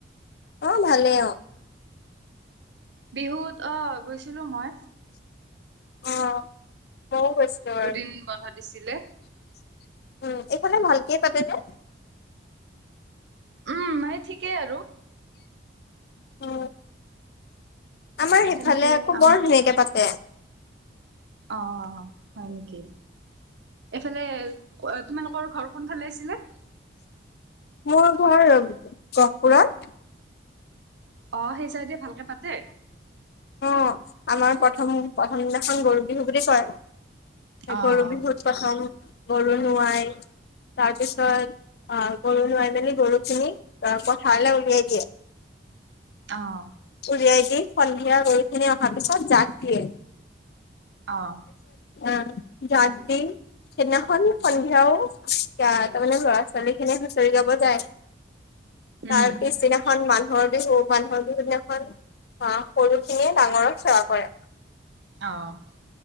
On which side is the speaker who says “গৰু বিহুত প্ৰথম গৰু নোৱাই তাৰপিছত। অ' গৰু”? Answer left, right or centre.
Left